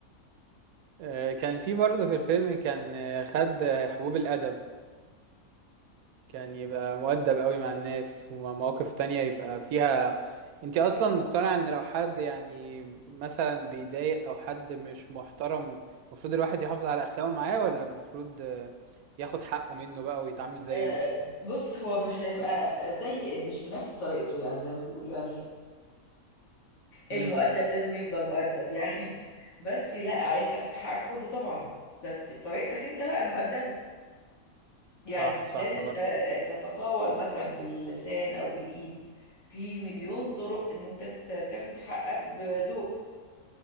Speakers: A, on the right; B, on the left.
A: آه، كان في برضه في الفيلم كان آه، خد آه، حبوب الأدب كان يبقى مؤدب قوي مع الناس ومواقف تانية يبقى فيها انت اصلا مقتنعة ان لو حد يعني مثلا بيضايق او حد مش محترم المفروض الواحد يحافظ على اخلاقه معاه ولا المفروض آه، ياخد حقه منه بقى ويتعامل زيه
B: آه، بص هو مش هيبقى زي مش بنفس طريقته يعني زي ما بيقولوا يعني المؤدب
A: امم
B: لازم يفضل مؤدب يعني <laughs> بس لا عايز تاخد حقك خده طبعا بس بطريقتك انت بقى المؤدبة يعني
A: صح
B: مش
A: صح
B: لازم
A: برضه
B: ت- تتطاول مثلا باللسان او بالايد في مليون طرق ان انت ت- تاخد حقك بذوق